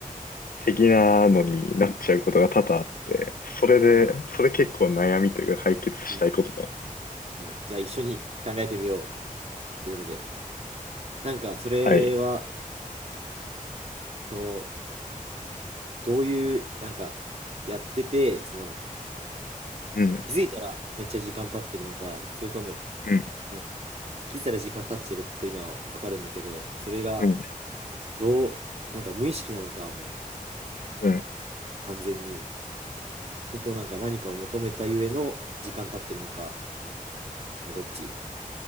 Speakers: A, on the left (about 80°); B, on the right (about 50°).
A: 的なのになっちゃうことが多々あって、それで、
B: うん
A: それ結構悩みというか解決したいことだ。
B: なるほどじゃあ一緒に考えてみようということでなんかそれは
A: はい。
B: そのどういうなんかやっててその
A: うん。
B: 気づいたらめっちゃ時間経ってるのかそれとも
A: うん。
B: なんか気づいたら時間経ってるっていうのはわかるんだけどそれが
A: うん。
B: どうなんか無意識なのかもう
A: うん。っ
B: 完全にそれともなんか何かを求めたゆえの時間経ってるのかはどっち